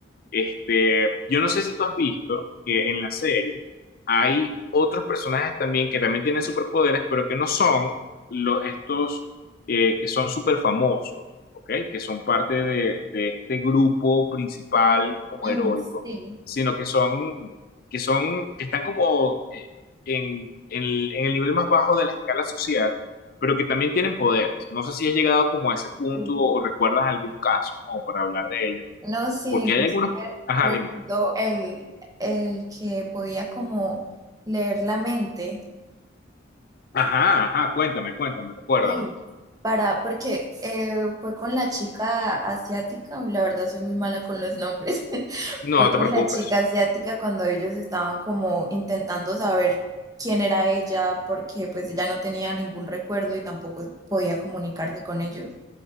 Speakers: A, on the left; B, on the right.
A: Este, yo no sé si tú has visto que en la serie hay otros personajes también que también tienen superpoderes, pero que no son lo- estos eh, que son súper famosos, ¿ok? Que son parte de, de este grupo principal como
B: Mm,
A: heroico,
B: sí,
A: sino que son, que son, que están como eh, en, en el en el nivel más bajo de la escala social, pero que también tienen poderes. No sé si has llegado como a ese punto
B: sí.
A: o recuerdas algún caso como para hablar de ello.
B: No, sí,
A: Porque
B: inclusive
A: hay algunos... Ajá,
B: recuerdo
A: dime.
B: el, el que podía como leer la mente.
A: Ajá, ajá, cuéntame, cuéntame, recuérdame.
B: Sí, para, porque eh, fue con la chica asiática, uy, la verdad soy muy mala con los nombres, <laughs> fue
A: No te
B: con
A: preocupes.
B: la chica asiática cuando ellos estaban como intentando saber quién era ella, porque pues ella no tenía ningún recuerdo y tampoco podía comunicarse con ellos.